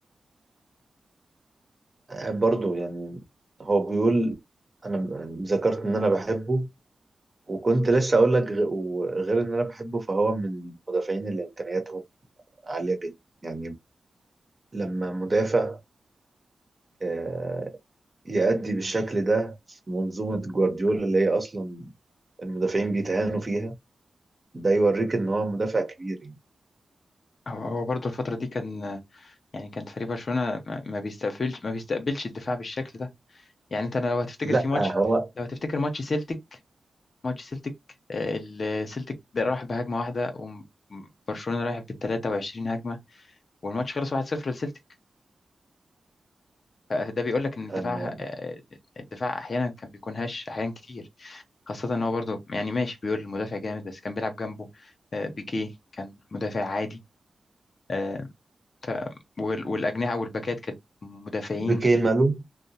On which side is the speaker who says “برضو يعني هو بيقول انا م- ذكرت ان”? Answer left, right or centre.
Right